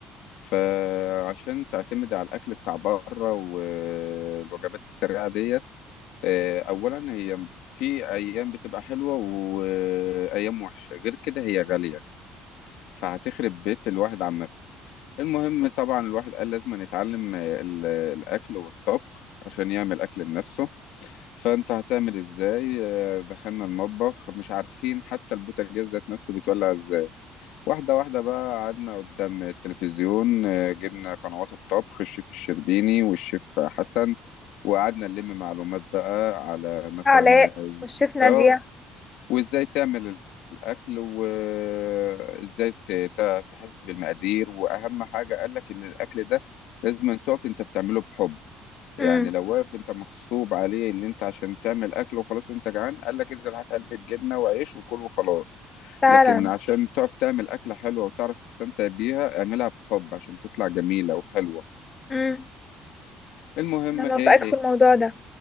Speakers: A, on the left (about 85°); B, on the left (about 25°).
A: فعشان تعتمد على الأكل بتاع بره والوجبات السريعة ديت آه، أولا هي في أيام بتبقى حلوة وأيام وحشة غير كده هي غالية فهتخرب بيت الواحد عامة المهم طبعا الواحد قال لازم يتعلم ال- الأكل والطبخ عشان يعمل أكل لنفسه فأنت هتعمل إزاي آه، دخلنا المطبخ مش عارفين حتى البوتاجاز ذات نفسه بيتولع إزاي واحدة واحدة بقى قعدنا قدام التلفزيون آه، جبنا قنوات الطبخ الشيف الشربيني والشيف حسن وقعدنا نلم معلومات بقى على مثلا
B: علاء والشيف نادية
A: اه وازاي تعمل الاكل وازاي ت- ت- تحس بالمقادير واهم حاجه قال لك ان الاكل ده لازم أن تقف انت بتعمله بحب يعني
B: امم
A: لو واقف انت مغصوب عليه اللي انت عشان تعمل اكل وخلاص وانت جعان قال لك انزل هات علبه جبنه وعيش وكل وخلاص
B: فعلا
A: لكن عشان تقف تعمل اكله حلوه وتعرف تستمتع بيها اعملها بحب عشان تطلع جميله وحلوه
B: امم
A: المهم
B: انا موافقاك
A: ايه, إيه
B: في الموضوع ده